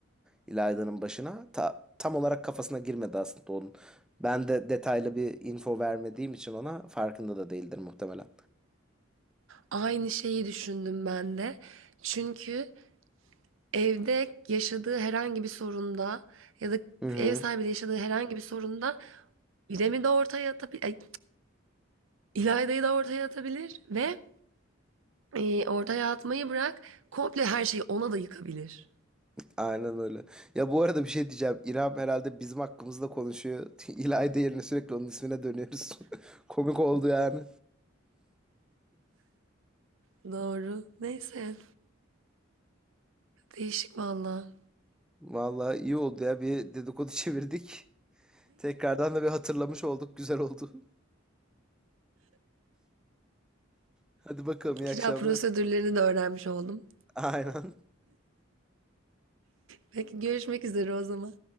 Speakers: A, in the centre; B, on the right.
A: İlayda'nın başına. Ta- tam olarak kafasına girmedi aslında onun. Ben de detaylı bir info vermediğim için ona farkında da değildir muhtemelen.
B: aynı şeyi düşündüm ben de. Çünkü evde yaşadığı herhangi bir sorunda ya da
A: Hı hı.
B: ev sahibiyle yaşadığı herhangi bir sorunda İrem'i de ortaya atabilir, İlayda'yı da ortaya atabilir ve Ee, orada yatmayı bırak. Komple her şeyi ona da yıkabilir.
A: Aynen öyle. Ya bu arada bir şey diyeceğim. İrem herhalde bizim hakkımızda konuşuyor. <laughs> İlayda yerine sürekli onun ismine dönüyoruz. <laughs> Komik oldu yani.
B: Doğru. Neyse. Değişik valla.
A: Vallahi iyi oldu ya. Bir dedikodu <laughs> çevirdik. Tekrardan da bir hatırlamış olduk. Güzel oldu. <laughs> Hadi bakalım iyi
B: Kira
A: akşamlar.
B: prosedürlerini de öğrenmiş oldum.
A: Aynen.
B: Peki görüşmek üzere o zaman.